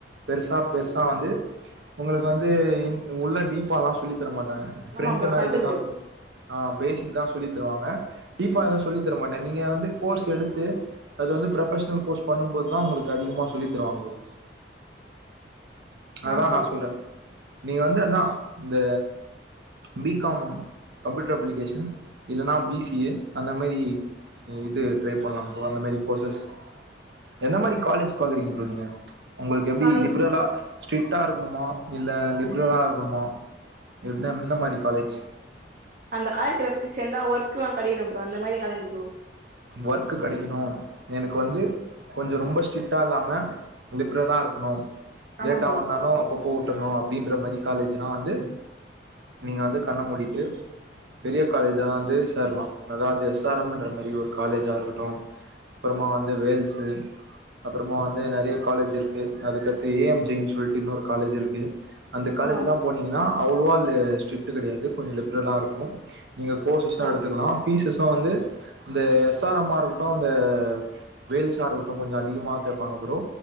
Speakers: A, on the right; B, on the right.
A: பெருசா பெருசா வந்து உங்களுக்கு வந்து உள்ள டீப்பால்லா சொல்லி தர மாட்டாங்க
B: ஆமா
A: பிரெண்ட்னா
B: ப்ரோ கட்டு
A: இதுதா
B: ப்ரோ
A: ஆ பேசிக் தா சொல்லி தருவாங்க டீப்பா எது சொல்லி தரமாட்டே நீங்க வந்து கோர்ஸ் எடுத்து அது வந்து ப்ரொபஷனல் கோர்ஸ் பண்ணு போதுதா உங்களுக்கு அதிகமா சொல்லி தருவங்க புரோ அதா
B: ஆ ப்ரோ
A: நா சொல்றே நீங்க வந்து அதா இந்த பி காம் கம்ப்யூட்டர் அப்ளிகேஷன் இல்லன்னா பி சி ஏ அந்த மாரி நீ இது ட்ரை பண்ணலா ப்ரோ அந்த மாரி கோர்ஸ்சஸ் எந்த மாரி காலேஜ் பாக்குறீங்க புரோ நீங்க உங்களுக்கு எப்டி
B: நாங்களு
A: லிபரலா ஸ்ட்ரிட்டா இருக்கணுமா இல்ல லிபரலா இருக்கணுமா இல்ல எந்த மாரி காலேஜ்
B: அந்த காலேஜ்லா போய் சேந்தா ஒர்க்லா கெடைக்கனு புரோ அந்த மாரி காலேஜ் புரோ
A: ஒர்க்கு கெடைக்கணு எனக்கு வந்து கொஞ்சோ ரொம்ப ஸ்ட்ரிட்டா இல்லாம லிபரலா இருக்கணு
B: ஆமா
A: லேட்டா
B: ப்ரோ
A: வந்தாலு அப்ப போட்டணு அப்டின்ற மாரி காலேஜன்னா வந்து நீங்க வந்து கண்ண மூடிட்டு பெரிய காலேஜ்லா வந்து சேரலா அதாது எஸ் ஆர் ம் மாரி ஒரு காலேஜா இருக்கட்டு அப்புறமா வந்து வேல்ஸ் அப்புறமா வந்து நெறைய காலேஜ் இருக்கு அதுக்கடுத்து ஏ எம் ஜி ன்னு சொல்ட்டு இன்னொரு காலேஜ் இருக்கு அந்த காலேஜ்லா
B: ஆமா
A: போனீங்கன்னா அவ்லோவா ஸ்ட்ரிட்டு கெடையாது கொஞ்ச லிப்ரலா இருக்கு நீங்க கோர்சாசும்
B: ஆ
A: எடுத்துக்கலா பீஸ்ஸ் வந்து இந்த எஸ் ஆர் எம் ஆ இருக்கட்டு அ வேல்சா இருக்கட்டு கொஞ்ச அதிகமாக கேபாங்க புரோ